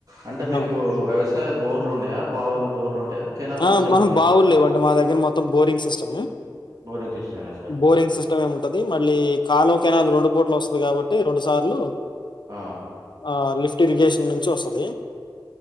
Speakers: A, on the right (about 50°); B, on the left (about 75°).
A: అంటే మీకు
B: అవునా
A: వ్యవసాయ బోర్లు ఉన్నాయా బావులు బోర్లు ఉంటాయా కెనాల్
B: హ
A: నుంచే
B: మహు
A: పండుతాయా
B: బావులు
A: సార్
B: లేవండి మా దగ్గర మొత్తం బోరింగ్ సిస్టమ్
A: బోరింగ్ సిస్టమేనా సార్
B: బోరింగ్ సిస్ ఇఏమి ఉంటది మళ్ళీ కాలో కెనాల రెండు పూట్లు వస్తది కాబట్టి రెండు సార్లు
A: ఆ
B: ఆ లిఫ్ట్ ఇరిగేషన్ నుంచి వస్తది